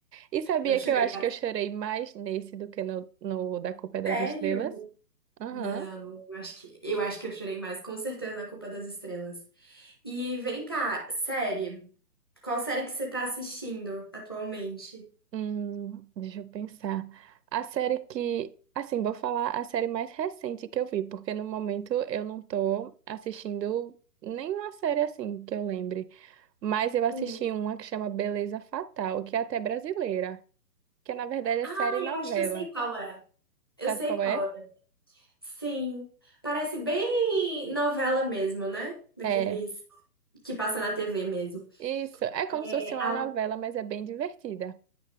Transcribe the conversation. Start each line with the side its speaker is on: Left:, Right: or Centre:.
Right: E sabia
Left: Eu chorei
Right: que eu acho
Left: bastante.
Right: que eu chorei mais nesse do que no, no Da Culpa é das
Left: Sério?
Right: Estrelas? Aham.
Left: Não, eu acho que eu acho que eu chorei mais, com certeza, na Culpa das Estrelas. E vem cá, série. Qual série que você tá assistindo atualmente?
Right: Hum, deixa eu pensar. A série que. Assim, vou falar a série mais recente que eu vi, porque no momento eu não tô assistindo nenhuma série assim que eu lembre. Mas eu assisti
Left: Hum.
Right: uma que chama Beleza Fatal, que é até brasileira, que na verdade é
Left: Ah,
Right: série novela.
Left: eu acho que eu sei qual é. Eu
Right: Sabe
Left: sei
Right: qual
Left: qual
Right: é?
Left: é. Sim, parece bem novela mesmo, né? Daqueles
Right: É.
Left: Que passa na TV mesmo.
Right: Isso. É como
Left: É,
Right: se fosse uma
Left: a-
Right: novela, mas é bem divertida.